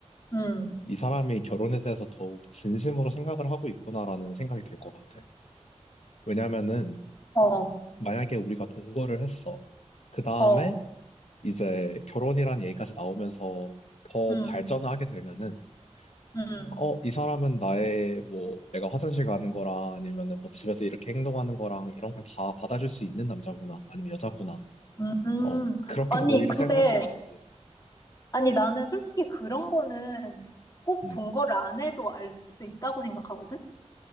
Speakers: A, on the left (about 30°); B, on the left (about 65°).
A: 음,
B: 이 사람이 결혼에 대해서 더욱 진심으로 생각을 하고 있구나라는 생각이 들 것 같아. 왜냐면은
A: 어,
B: 만약에 우리가 동거를 했어. 그 다음에
A: 어,
B: 이제 결혼이란 얘기까지 나오면서 더
A: 음,
B: 발전을 하게 되면은
A: 음,
B: 어, 이 사람은 나의 뭐 내가 화장실 가는 거랑 아니면은 뭐 집에서 이렇게 행동하는 거랑 이런 걸 다 받아줄 수 있는 남자구나 아니면 여자구나.
A: 음, 음.
B: 어, 그렇게
A: 아니,
B: 오히려
A: 근데,
B: 생각할 수 있다, 그지?
A: 아니, 나는 솔직히 그런 거는 꼭
B: 음.
A: 동거를 안 해도 알 수 있다고 생각하거든?